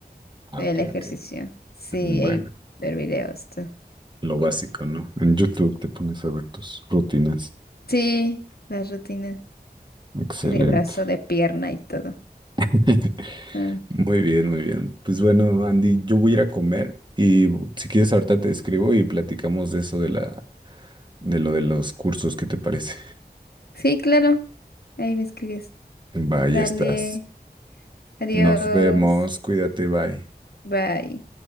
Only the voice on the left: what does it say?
El
ejercicio.
Sí,
hay ver videos. tú.
Sí, las rutinas.
De brazo, de pierna y todo.
Ah,
Sí, claro. Ahí me escribes.
Dale.
Adiós.
Bye.